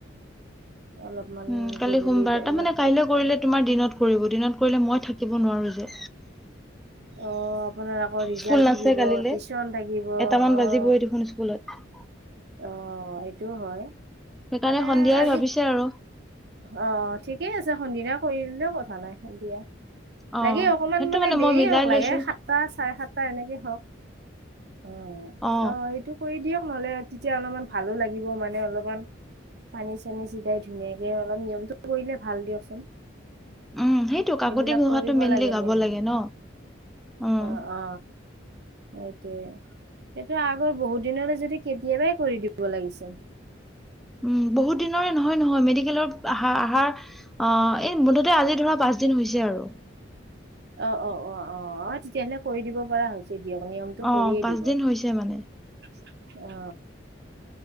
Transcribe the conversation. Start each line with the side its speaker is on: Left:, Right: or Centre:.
Right: অলপমান
Centre: উম কাইলে
Right: গধূলি
Centre: সোমবাৰ
Right: টাইমত
Centre: তাৰমানে কাইলে কৰিলে তোমাৰ দিনত কৰিব দিনত কৰিলে মই থাকি কিব নোৱাৰোঁ যে।
Right: অ', আপোনাৰ আকৌ ৰিজাল্ট
Centre: স্কুল নাছে
Right: থাকিব
Centre: কালিলে
Right: টিউচন থাকিব অ,
Centre: এটামান বাজিবই <unintelligible>
Right: অ এইটোও হয়
Centre: সেইকাৰণে
Right: মানে
Centre: সন্ধিয়াই
Right: আজি
Centre: ভাবিছে আৰু
Right: অ ঠিকেই আছে সন্ধিয়া কৰিলে ক নে দিয়ে
Centre: অ
Right: লাগে অকমান
Centre: সেইটো
Right: মানে দেৰি
Centre: মই মিলাই
Right: হওক
Centre: লৈছো
Right: লাগে সাতটা চাৰে সাতটা এনেকে হওক অ অ সেইটো
Centre: অ
Right: কৰি দিয়ক নহ'লে তেতিয়া অলপমান ভালো লাগিব মানে অলপমান পানী চানী চিধাই ধুনীয়াকে অলপ নিয়মটো কৰিলে ভাল দিয়কচোন
Centre: উম সেইটো কাকতি
Right: এইবিলাক
Centre: ঘুহাটো
Right: কৰিব
Centre: মেইনলি গাব
Right: নিয়ম।
Centre: লাগে ন উম
Right: অ অ সেইটোয়ে সেইটো আগৰ বহুত দিনলৈ যদি কেতি বাই কৰি দিব লাগিছিল
Centre: উম বহুত দিনৰে নহয় নহয় মেডিকেলৰ আহা আহাৰ অ এই ম আজি ধৰা পাঁচ দিন হৈছে আৰু
Right: অ অ অ অ অ তেতিয়াহলে কৰি দিব পৰা হৈছে দিয়ক নিয়মটো
Centre: অ
Right: কৰিয়ে
Centre: পাঁচদিন
Right: দিব।
Centre: হৈছে মানে
Right: অ কৰিব